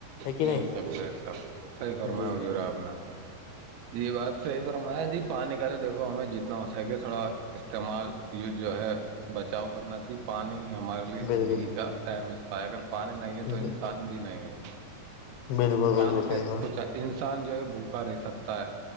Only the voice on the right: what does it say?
بے
سک بے سک صحیح فرمایا
حضور آپ نے جی یہ بات صحی فم ہے جی پانی کا تو دیکھو ہمیں جتنا ہو سکے تھوڑا استعمال یو جو ہے بچاؤ کرنا تھی پانی ہمارے لیے
زندگی کا میں سائگر پانی نہیں ہے
تو انسان بھی نہیں ہے
پانی
سے
کچھ انسان جو ہے بھوکا رہ سکتا ہے